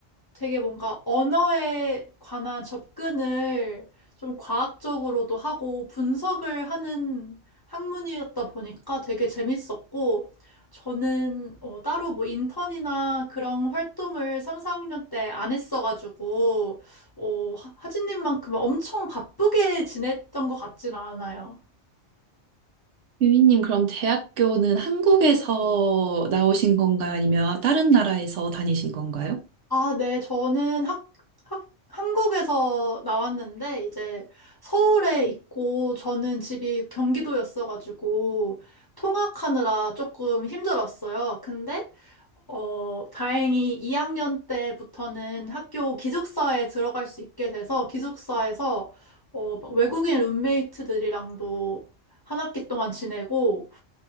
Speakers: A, on the left (about 20°); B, on the right (about 70°).
A: 되게 뭔가 언어에 관한 접근을 좀 과학적으로도 하고 분석을 하는 학문이었다 보니까 되게 재밌었고, 저는 어, 따로 뭐 인턴이나 그런 활동을 3, 4학년 때 안 했어가지고, 어, 하- 하진님만큼 엄청 바쁘게 지냈던 것 같지는 않아요.
B: 유민님, 그럼 대학교는 한국에서 나오신 건가요? 아니면 다른 나라에서 다니신 건가요?
A: 아, 네. 저는 학, 학, 한국에서 나왔는데, 이제 서울에 있고, 저는 집이 경기도였어가지고, 통학하느라 조금 힘들었어요. 근데, 어, 다행히 2학년 때부터는 학교 기숙사에 들어갈 수 있게 돼서, 기숙사에서, 어, 막 외국인 룸메이트들이랑도 한 학기 동안 지내고,